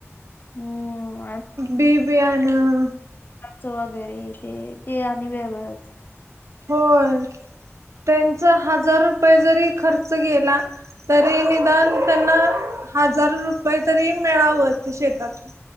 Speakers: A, on the left (about 45°); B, on the right (about 75°).
A: हम्म
B: बी बियानं
A: च वगैरे ते ते आणि वेगळंच.
B: होय त्यांचा हजार रुपये जरी खर्च गेला तरी निदान त्यांना हजार रुपये तरी मिळावं ते शेतातून